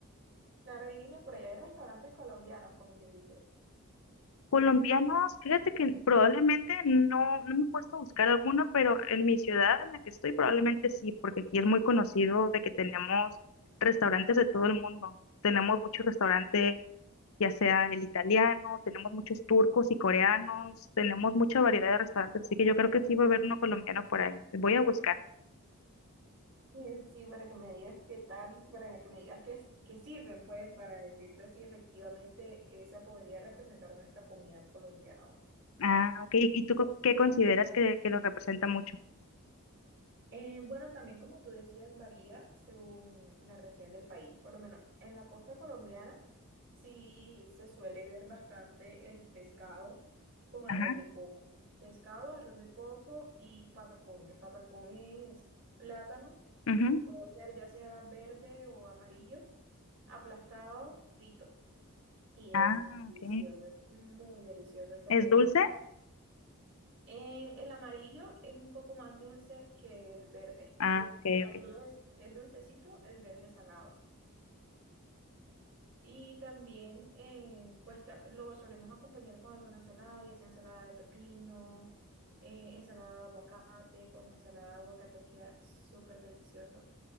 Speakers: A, on the right (about 55°); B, on the left (about 70°).
A: Claro, y dime, por allá hay restaurantes colombianos, como quien dice.
B: Colombianos, fíjate que probablemente no, no me he puesto a buscar alguno, pero en mi ciudad en la que estoy probablemente sí, porque aquí es muy conocido de que tenemos restaurantes de todo el mundo. Tenemos muchos restaurantes, ya sea el italiano, tenemos muchos turcos y coreanos, tenemos mucha variedad de restaurantes, así que yo creo que sí va a haber uno colombiano por ahí. Voy a buscar.
A: Y sí, para que me digas qué tal y para que me digas qué, qué sirven, pues, para decirte si efectivamente esa podría representar nuestra comida colombiana o no.
B: Ah, ok. ¿Y y tú co- qué consideras que, que lo representa mucho?
A: Eh, bueno, también como tú decías, varía según la región del país. Por lo menos en la costa colombiana sí se suele ver bastante el pescado con arroz
B: Ajá.
A: de coco. Pescado, arroz de coco y patacón. El patacón es plátano,
B: ujú.
A: puede ser ya sea verde o amarillo, aplastado, frito. y
B: Ah,
A: es delicioso,
B: ok.
A: es muy delicioso. Y también
B: ¿Es dulce?
A: ensalada. En el amarillo es un poco más dulce que el verde.
B: Ah,
A: El
B: ok,
A: amarillo
B: ok.
A: es, es dulcecito, el verde es salado. Y también, eh, pues ta- lo solemos acompañar con alguna ensalada, ya sea ensalada de pepino, eh, ensalada de aguacate, con ensalada de aguacate queda súper delicioso.